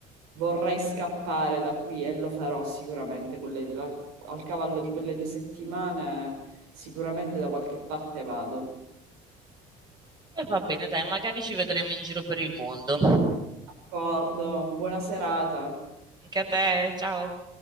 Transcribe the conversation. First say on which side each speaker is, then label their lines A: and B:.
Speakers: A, on the right (about 85°); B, on the right (about 25°).
A: vorrei scappare da qui e lo farò sicuramente quelle- la- al cavallo di quelle due settimane, sicuramente da qualche parte vado.
B: E va bene, dai, magari ci vedremo in giro per il mondo.
A: D'accordo, buona serata.
B: Anche a te, ciao.